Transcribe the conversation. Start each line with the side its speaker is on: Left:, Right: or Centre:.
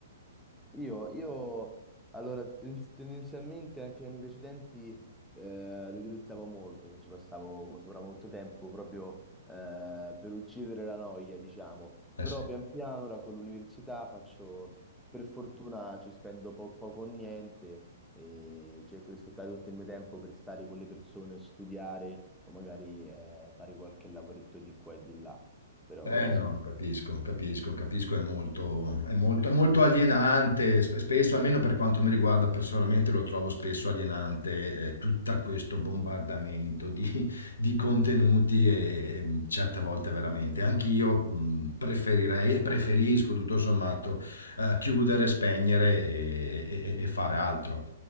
Centre: Io, io allora ten- tendenzialmente anche gli anni precedenti eh, li utilizzavo molto, cioè ci passavo sopra molto tempo proprio eh, per uccidere la noia, diciamo.
Left: Eh
Centre: Però
Left: sì.
Centre: pian piano ora con l'università faccio, per fortuna ci spendo po- poco o niente e cerco di sfruttare tutto il mio tempo per stare con le persone o studiare o magari eh, fare qualche lavoretto di qua e di là. Però
Left: Eh
Centre: sì.
Left: no, capisco, capisco, capisco, è molto, è molto, è molto alienante, sp- spesso, almeno per quanto mi riguarda personalmente, lo trovo spesso alienante eh, tutto questo bombardamento di, <laughs> di contenuti e, e mm, certe volte veramente. Anch'io mh, preferirei e preferisco tutto sommato eh, chiudere, spegnere e, e- e- e fare altro.